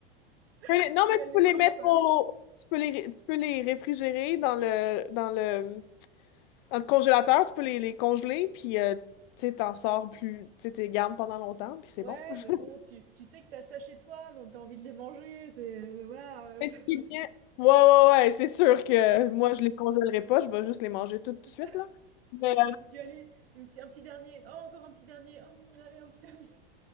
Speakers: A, on the left (about 55°); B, on the right (about 85°).
A: peux
B: <laughs>
A: les- Non,
B: faut y
A: mais
B: aller
A: tu peux
B: mollo,
A: les mettre
B: quoi.
A: au. Tu peux les, tu peux les réfrigérer dans le, dans le, Dans le congélateur, tu peux les, les congeler, puis euh, tu sais, t'en sors plus, tu sais, t'es gardes pendant longtemps, puis c'est
B: Ouais,
A: bon. <laughs>
B: mais bon, tu, tu sais que t'as ça chez toi, donc t'as envie de les manger, c'est... euh, Voilà, euh,
A: Mais
B: c'est
A: ce qui est bien- Ouais, ouais, ouais, c'est sûr que moi, je les congèlerai pas, je vais juste les manger tout de
B: <laughs> c'est
A: suite,
B: ça.
A: là. Mais euh,
B: Tu dis, allez, une p- un petit dernier, oh, encore un petit dernier, oh, allez, un petit dernier.